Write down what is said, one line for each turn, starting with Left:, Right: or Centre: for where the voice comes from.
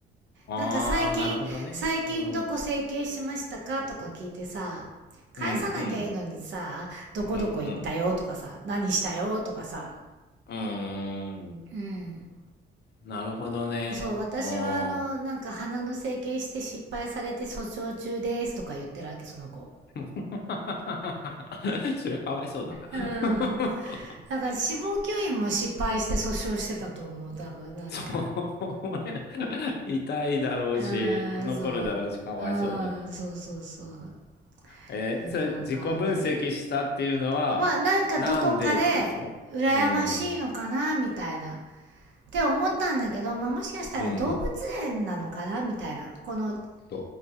Left: あ、
Right: なんか最近最近どこ整形しましたかとか聞いてさ返さなきゃいいのにさどこどこ行ったよとかさ何したよとかさ
Left: ああ、なるほどね。うん。うん、うん、うん、うん。うーん。
Right: うん
Left: なるほどね。
Right: そう私はあのなんか鼻の整形して失敗されて訴訟中ですとか言ってるわけその子
Left: うん。<laughs> そりゃかわいそうだな。
Right: うん
Left: <laughs>
Right: なんか死亡吸引も失敗して訴訟してたと思う多分なんか
Left: そう、痛いだろうし、
Right: う
Left: 残るだろうし、
Right: んそうう
Left: かわいそうだね。
Right: んそうそうそう
Left: えーそれ自己分析したっていうのは、
Right: よくわかんないまあなんかどこかで羨ましいのかなみたいなっ
Left: なんでってことうん、
Right: て思ったんだけど、まあ、もしかしたら動物園なのかなみたいなこの違う
Left: うん、と、